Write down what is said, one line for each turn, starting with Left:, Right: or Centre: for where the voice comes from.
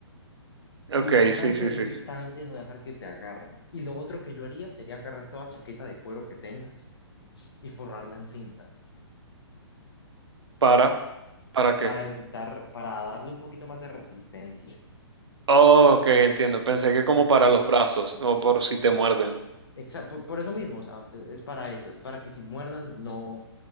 Left: Lo
Right: Ok,
Left: importante
Right: sí, sí,
Left: es
Right: sí.
Left: distancia y no dejar que te agarren. Y lo otro que yo haría sería agarrar toda chaqueta de cuero que tenga y forrarla en cinta
Right: ¿Para? ¿Para qué?
Left: para evitar, para darle un poquito más de resistencia.
Right: Oh, ok, entiendo. Pensé que como
Left: O sea,
Right: para los brazos o por si te muerden.
Left: exa- por, por eso mismo, o sea, es, es para eso, es para que si muerdan no,